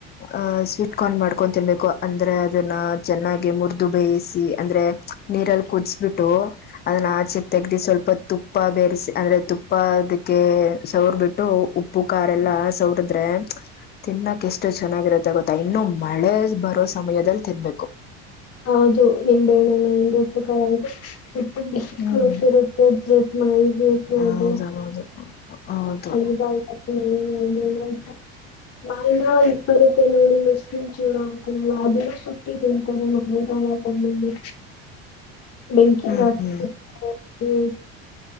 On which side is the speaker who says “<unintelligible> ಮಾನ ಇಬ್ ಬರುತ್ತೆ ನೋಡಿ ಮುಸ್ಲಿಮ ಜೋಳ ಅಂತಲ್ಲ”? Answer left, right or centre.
Left